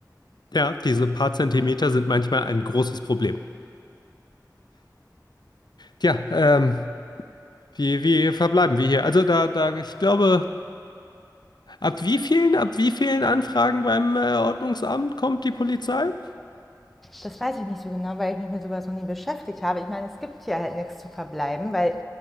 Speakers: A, on the left; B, in the centre.
A: Ja, diese paar Zentimeter sind manchmal ein großes Problem. Tja, ähm, Wie, wie verbleiben wir hier? Also da, da, ich glaube, ab wie vielen, ab wie vielen Anfragen beim äh, Ordnungsamt kommt die Polizei?
B: Das weiß ich nicht so genau, weil ich mich mit sowas noch nie beschäftigt habe. Ich meine, es gibt hier halt nichts zu verbleiben, weil